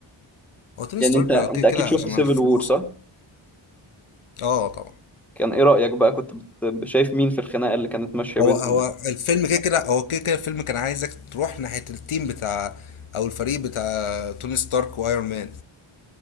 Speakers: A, on the left (about 75°); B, in the centre.
A: هو توني
B: يعني
A: ستارك
B: انت انت
A: كده كده
B: اكيد شفت
A: عشان
B: سيفل
A: الفلوس
B: وور صح
A: اه طبعا
B: كان ايه رايك بقى كنت بت... شايف مين في الخناقه اللي كانت ماشيه
A: هو
B: بينهم
A: هو الفيلم كده كده هو كده كده الفيلم كان عايزك تروح ناحية التيم بتاع او الفريق بتاع توني ستارك وايرون مان